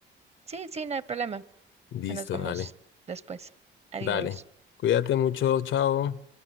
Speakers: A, on the right (about 30°); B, on the left (about 75°).
A: Sí, sí, no hay problema.
B: Listo,
A: Nos vemos
B: dale,
A: después. Adiós.
B: dale. Cuídate mucho, chao.